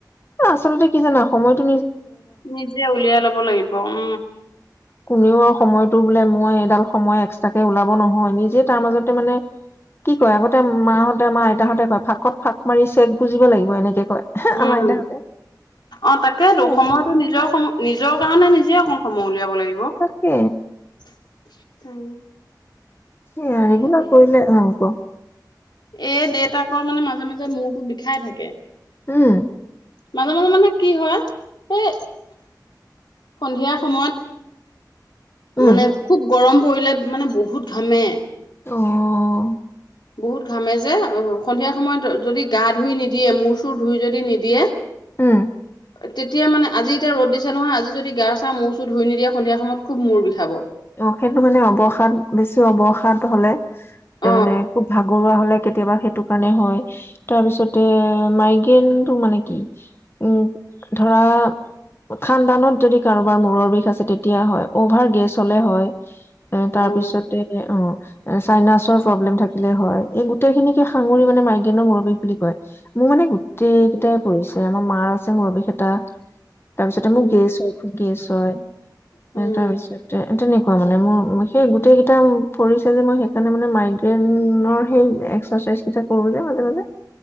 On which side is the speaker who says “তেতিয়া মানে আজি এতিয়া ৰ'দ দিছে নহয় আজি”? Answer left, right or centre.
Left